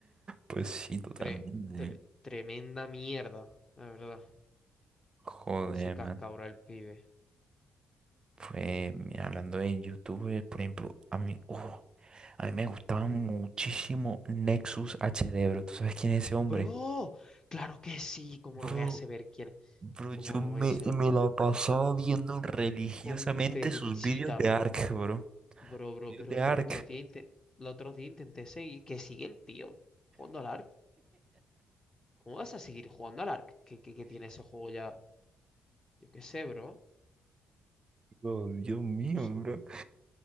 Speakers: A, on the right; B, on the left.
A: Pues sí, totalmente.
B: Tre- tre- tremenda mierda, la verdad.
A: Joder,
B: Se casca
A: man.
B: ahora el pibe.
A: Fue, mira, hablando de YouTube, por ejemplo, a mí, uh, a mí me gustaba muchísimo Nexus H HD, bro. ¿Tú sabes quién es ese hombre?
B: Bro, claro que sí, ¿cómo
A: Bro,
B: lo voy a saber quién?
A: bro,
B: Como
A: yo
B: no
A: me,
B: voy a saber.
A: me la pasaba viendo religiosamente
B: Con Perchita,
A: sus vídeos de
B: bro.
A: Ark, bro.
B: Bro, bro,
A: Vídeos
B: pero
A: de
B: que
A: Ark.
B: el otro día, inte- el otro día intenté seguir. Que sigue el tío jugando al Ark. ¿Cómo vas a seguir jugando al Ark? Que, que, que tiene ese juego ya. Yo qué sé, bro.
A: Oh, Dios mío,
B: O sea,
A: bro.